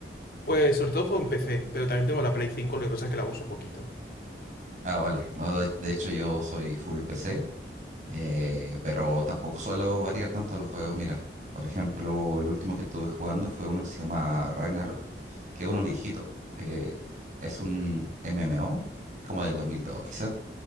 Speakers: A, on the left; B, on the right.
A: Pues sobre todo juego en PC, pero también tengo la Play cinco lo que pasa es que la uso poquito.
B: Ah, vale. No, de, de hecho yo soy full PC, eh, pero tampoco suelo variar tanto los juegos. Mira, por ejemplo, el último que estuve jugando fue uno que se llama Ragnarok, que es uno viejito. Eh, es un MMO, es como del 2002 quizás,